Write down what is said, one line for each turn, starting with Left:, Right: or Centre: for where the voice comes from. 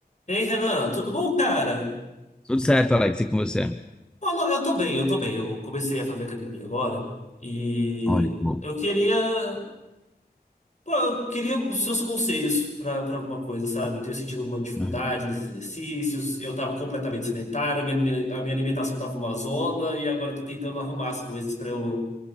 Left: Ei, Renan, tudo bom, cara?
Centre: Tudo certo, Alex, e com você?
Left: Olha, eu tô bem, eu tô bem. Eu comecei a fazer academia agora e
Centre: Olha, bom.
Left: eu queria, pô, eu queria os seus conselhos pra pra alguma coisa, sabe? Eu tenho sentido alguma dificuldade
Centre: Uhum.
Left: nos exercícios, eu tava completamente sedentário, minha, minha- a minha alimentação tava uma zona e agora eu tô tentando arrumar as coisas pra eu